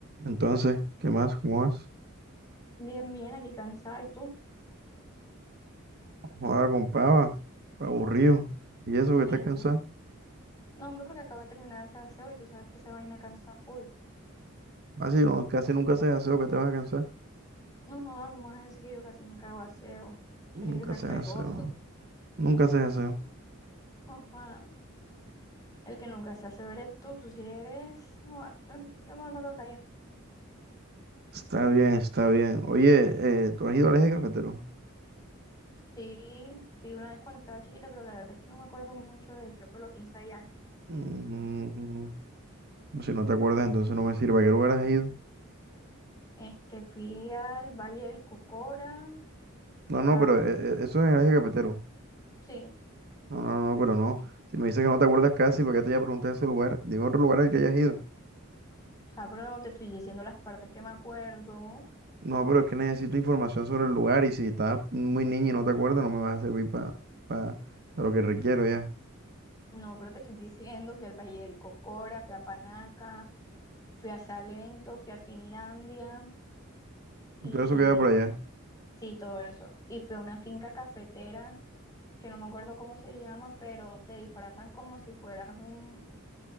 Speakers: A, on the right; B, on the left.
A: Entonces, ¿qué más? ¿Cómo vas?
B: Bien, bien, aquí cansada. ¿Y tú?
A: Joder, compa, pa- aburrido. ¿Y eso que
B: Y
A: estás cansado?
B: no, hombre, porque acabo de terminar ese aseo y tú sabes que esa vaina cansa full.
A: Casi, no, casi nunca haces aseo, que te vas a cansar.
B: No joda, ¿cómo vas a decir que yo casi nunca hago aseo? Si
A: Nunca
B: eres irrespetuoso.
A: haces aseo. Nunca haces aseo.
B: Ojalá. El que nunca se hace ver es tú. Tú si eres. joda, no, Yo mejor me quedo callada.
A: Está bien, está bien. Oye, eh, ¿tú has ido al eje cafetero?
B: Sí, fui una vez cuando estaba chiquita, pero la verdad es que no me acuerdo mucho de qué fue lo que hice allá.
A: Mm, no, si no te acuerdas, entonces no me sirve. ¿A qué lugar has ido?
B: Este, fui al Valle del Cocora.
A: No, no,
B: Ah,
A: pero eh, eh, eso es el eje cafetero.
B: sí,
A: No, no, no, pero no. Si me dices que no te acuerdas casi, porque te ya pregunté ese lugar, dime otro lugar al que hayas ido.
B: o sea, pero te estoy diciendo las partes que me acuerdo.
A: No, pero es que necesito información sobre el lugar y si estás muy niña y no te acuerdas, no me vas a servir para pa, pa- lo que requiero ya.
B: No, pero te estoy diciendo, fui al Valle del Cocora, fui a Panaca, fui a Salento, fui a Finlandia y
A: Todo eso queda por allá.
B: sí, todo eso. Y fui a una finca cafetera que no me acuerdo cómo se llama, pero te disfrazan como si fueras un,